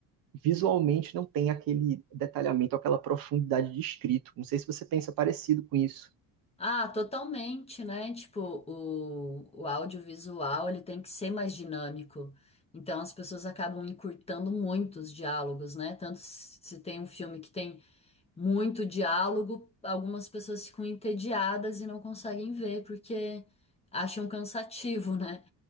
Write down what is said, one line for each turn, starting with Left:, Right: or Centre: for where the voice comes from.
Right: visualmente não tem aquele detalhamento, aquela profundidade de escrito. Não sei se você pensa parecido com isso.
Left: Ah, totalmente, né? Tipo, o, o audiovisual ele tem que ser mais dinâmico. Então as pessoas acabam encurtando muito os diálogos, né? Tanto se se tem um filme que tem muito diálogo, algumas pessoas ficam entediadas e não conseguem ver porque acham cansativo, <laughs> né?